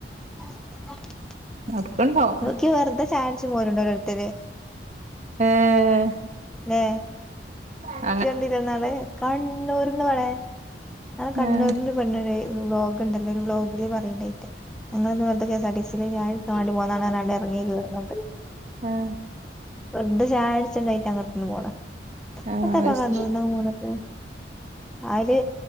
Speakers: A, in the centre; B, on the right.
A: ആ ആഹ <inaudible>
B: അവിടക്ക് ഉണ്ടാകും
A: ക്കു വെറുത ചായ കുടിച് പോരുണ്ടോരോരുത്തർ
B: ഏഹ്
A: നേ
B: അ <inaudible>
A: ഇജ്ജ് കണ്ടിലെ ന്നാൾ കണ്ണൂർന്ന് വാളേ കണ്ണൂരി
B: ആഹ്
A: പെണ്ണ് ണ്ടലോ വ്ലോഗൊണ്ടല്ലോ ഒരു വ്ലോഗിലു പറയണ്ടേറ്റ് ഞങ്ങളിന്നു വെറുതെ K S R T C ലെ ചായ കുടിക്കാൻ പോന്നതാണ് ന്നും പറഞ്ഞു ഇറങ്ങി കയറിണ്ട്
B: ആഹ്
A: വെറുതെ ചായകുടിച്ചാനായിട്ട അങ്ങോട്ടന്ന് പോണ
B: ആഹ്
A: എത്ത
B: അത്
A: പ്പം കണ്ണൂർന്നൊക്കെ
B: ശരി
A: പോന്നിട്ട് ആര്